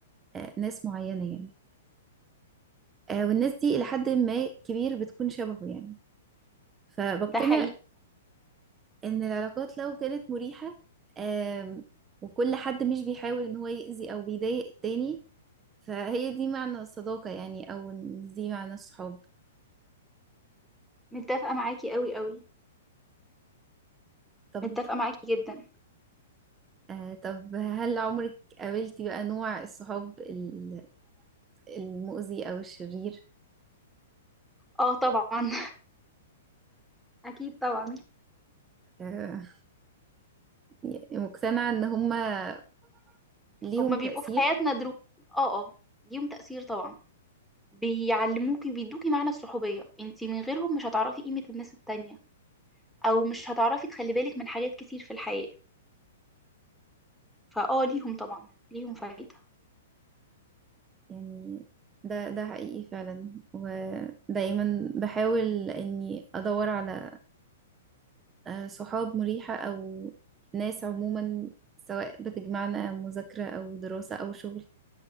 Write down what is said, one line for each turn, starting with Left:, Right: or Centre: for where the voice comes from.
Right: آه، ناس معينة يعني آه، والناس دي إلى حد ما كبير بتكون شبهه يعني فبقتنع
Centre: ده حقيقي
Right: ان العلاقات لو كانت مريحة آم، وكل حد مش بيحاول ان هو يأذي او بيضايق التاني فهي دي معنى الصداقة يعني او إن دي معنى الصحاب
Centre: متفقه معاكي قوي قوي
Right: طب
Centre: متفقه معاكي جدا
Right: آه طب هل عمرك قابلتي بقى نوع الصحاب ال- المؤذي او الشرير
Centre: اه طبعا <laughs> اكيد طبعا
Right: آه يعني مقتنعة ان هما ليهم
Centre: هما
Right: تأثير
Centre: بيبقوا في حياتنا دروس اه اه ليهم تأثير طبعا بيعلموكي بيدوكي معنى الصحوبية انتي من غيرهم مش هتعرفي قيمة الناس التانية او مش هتعرفي تخلي بالك من حاجات كتير في الحياة فاه ليهم طبعا ليهم فايدة
Right: يعني ده ده حقيقي فعلا ودايما بحاول اني ادور على آه، صحاب مريحة أو ناس عموما سواء بتجمعنا مذاكرة أو دراسة أو شغل